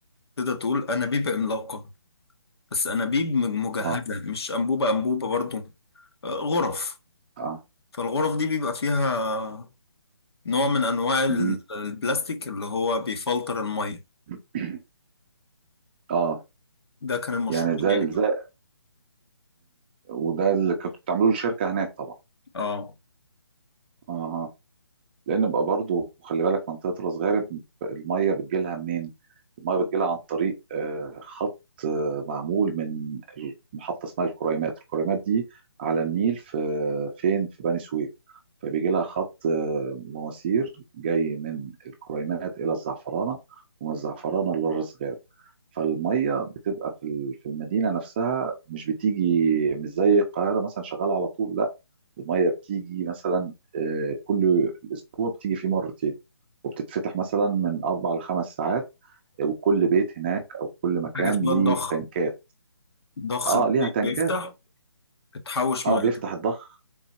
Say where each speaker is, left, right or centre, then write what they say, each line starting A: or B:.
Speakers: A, on the left; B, on the right.
A: تقدر تقول أنابيب عملاقة بس أنابيب م- مجهزة
B: اه
A: مش أنبوبة أنبوبة برضو آه، غرف
B: اه
A: فالغرف دي بيبقى فيها نوع من انواع ال-
B: مهم.
A: البلاستيك اللي هو بيفلتر الميه
B: <clears throat> اه
A: ده كان المشروع
B: يعني زي
A: بتاعي
B: ال-
A: بقى
B: زي وده اللي كنتوا بتعملوه للشركه هناك طبعا
A: اه
B: اها لان بقى برضو خلي بالك منطقه راس غارب الميه بتجيلها منين؟ الميه بتجيلها عن طريق آه، خط آه، معمول من محطه اسمها الكريمات، الكريمات دي على النيل في فين؟ في بني سويف فبيجي لها خط آه، مواسير جاي من الكريمات الى الزعفرانه ومن الزعفرانه لراس غارب فالميه بتبقى في ال- في المدينه نفسها مش بتيجي مش زي القاهره مثلا شغاله على طول لا الميه بتيجي مثلا آه، كل اسبوع بتيجي فيه مرتين وبتتفتح مثلا من اربع لخمس ساعات وكل بيت هناك او كل مكان
A: حاجه اسمها
B: ليه
A: الضخ
B: تنكات
A: ضخ
B: اه
A: البيت
B: ليها تنكات
A: بيفتح بتحوش
B: اه
A: ميه
B: بيفتح الضخ